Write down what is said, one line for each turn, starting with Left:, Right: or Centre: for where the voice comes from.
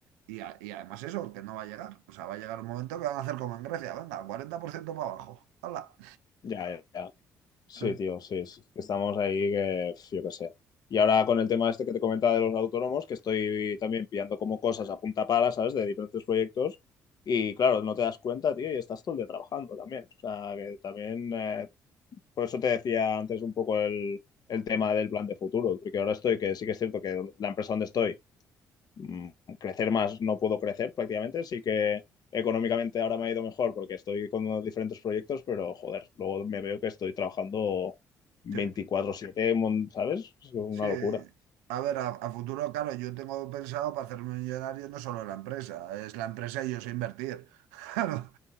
Right: y, a- y además eso, que no va a llegar. O sea, va a llegar un momento que van a hacer como en Grecia, venga, cuarenta por ciento para abajo. ¡Hala!
Left: Ya, ya, ya. Sí,
Right: Sí,
Left: tío, sí, es- estamos ahí que, pf, yo qué sé. Y ahora con el tema este que te comentaba de los autónomos, que estoy también pillando como cosas a punta pala, ¿sabes? De diferentes proyectos. Y claro, no te das cuenta, tío, y estás todo el día trabajando también. O sea, que también, eh, por eso te decía antes un poco el, el tema del plan de futuro, porque ahora estoy, que sí que es cierto que la empresa donde estoy mm, crecer más no puedo crecer prácticamente, sí que económicamente ahora me ha ido mejor porque estoy con diferentes proyectos, pero joder, luego me veo que estoy trabajando veinticuatro
Right: sí.
Left: siete mon- ¿sabes? Es una
Right: sí.
Left: locura.
Right: A ver, a, a futuro, claro, yo tengo pensado para hacerme millonario no solo la empresa, es la empresa y yo sé invertir. <laughs> Claro.